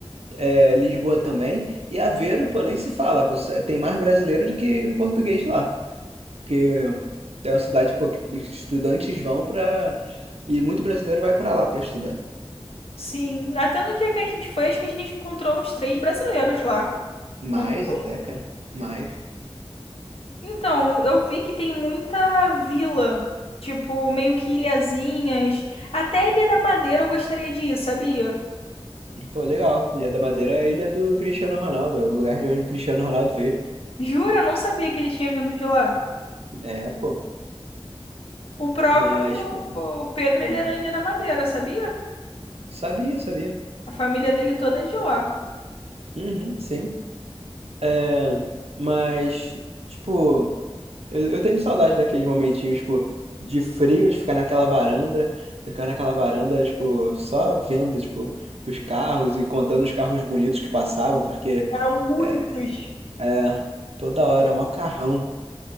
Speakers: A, on the right; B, on the left.
A: é, Lisboa também. E Aveiro, pô, nem se fala, pô, tem mais brasileiro do que português lá. Porque é uma cidade, pô, que os estudantes vão pra. E muito brasileiro vai pra lá pra estudar.
B: Sim, até no dia que a gente foi, acho que a gente encontrou uns três brasileiros lá.
A: Mais
B: Não foi?
A: até, cara. Mais.
B: Então, eu vi que tem muita vila, tipo, meio que ilhazinhas. Até a Ilha da Madeira eu gostaria de ir, sabia?
A: Pô, legal. Ilha da Madeira é a ilha do Cristiano Ronaldo, é o lugar de onde o Cristiano Ronaldo veio.
B: Jura? Eu não sabia que ele tinha vindo de lá.
A: É, pô.
B: O próprio
A: Mas, pô.
B: o Pedro,
A: ah,
B: ele é da Ilha da Madeira, sabia?
A: Sabia, sabia.
B: A família dele toda é de lá.
A: Uhum, sim. É, mas, tipo. Eu, eu tenho saudade daqueles momentinhos, tipo, de frio, de ficar naquela varanda, ficar naquela varanda, tipo, só vendo, tipo, os carros e contando os carros bonitos que passavam, porque
B: Eram muitos.
A: é, é toda hora é um macarrão.